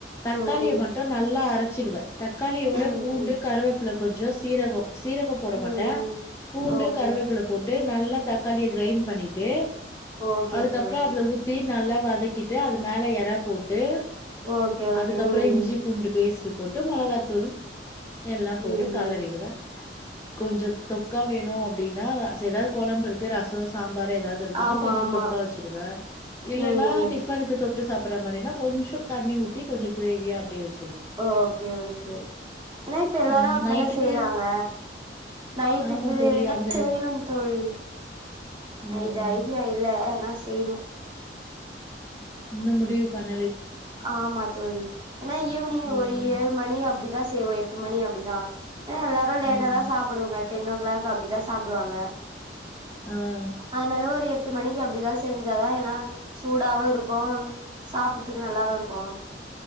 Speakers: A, on the left; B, on the right.
A: தக்காளிய
B: ம்
A: மட்டும் நல்லா அரைச்சிடுவேன் தக்காளியோட
B: ம் ம்
A: பூண்டு கருவேப்பில கொஞ்சோ சீரகோ சீரகம் போட
B: ம்
A: மாட்டேன்
B: ம்
A: பூண்டு
B: ஓகே
A: கருவேப்பில போட்டு நல்லா தக்காளிய கிரைண்ட் பண்ணிட்டு
B: ஓகே
A: அதுக்கப்புறம்
B: தோழி
A: அதுல ஊத்தி நல்லா வதக்கிட்டு அது மேலே எறா போட் ஏ
B: ஓகே ஓகே
A: அதுக்கப்புறம்
B: ம்
A: இஞ்சி
B: ம்
A: பூண்டு பேஸ்ட்டு போட்டு மளகாத்தூள் எல்லாம் போட்டு
B: ம்
A: கலறிடுவேன்
B: ம்
A: கொஞ்சம் தொக்கா வேணும் அப்படின்னா ஏதாவது குழம்பு இருக்கு ரசம் சாம்பார் ஏதாவது இருக்குன்னா
B: ஆமா
A: கொஞ்சம்
B: ஆமா
A: தொக்கா வச்சுடுவேன் இல்லைன்னா
B: ம்
A: டிஃபனுக்கு தொட்டு சாப்ப அப்புற மரினா கொஞ்சம் தண்ணி ஊத்தி கொஞ்சம் கிரேவியா அப்படியே வச்சு
B: ஓகே ஓகே ஏன்னா இப்ப எல்லாரும்
A: ம்
B: அப்படிதான
A: நைட்டுக்கு
B: செய்யறாங்க நைட்டுக்கு
A: ஆமா தோழி
B: எதுனா
A: அந்த
B: செய்யணும் தோழி
A: ம்
B: நைட்டு ஐடியா இல்ல னா செய்யணும்
A: இன்னும் முடிவு பண்ண
B: ஆமா தோழி ஏன்னா ஈவினிங்
A: ம்
B: ஒரு ஏழு மணி அப்படிதான் செய்வோம் எட்டு மணி அப்படிதான் எல்லாரும் லேட்டா
A: ம்
B: தான் சாப்படுங்க டென் ஓ கிளாக் அப்படிதான் சாப்பிடுவாங்க
A: ஆ
B: ஆதனால ஒரு எட்டு எட்டு மணிக்கு அப்படிதான் செஞ்சாதான் ஏன்னா சூடாவும் இருக்கும் சாப்படுறதுக்கு நல்லாவும் இருக்கும்